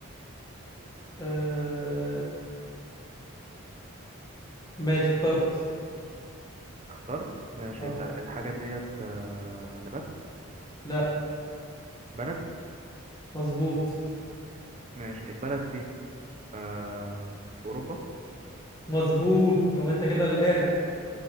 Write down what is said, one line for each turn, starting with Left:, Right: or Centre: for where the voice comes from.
Left: آه... ماشي اخترت
Right: اخترت ماشي
Left: اه
Right: لا الحاجة ديت آه، نبات
Left: لا
Right: بلد
Left: مظبوط
Right: ماشي البلد دي آم، في أوروبا
Left: مظبوط طب انت كده القارح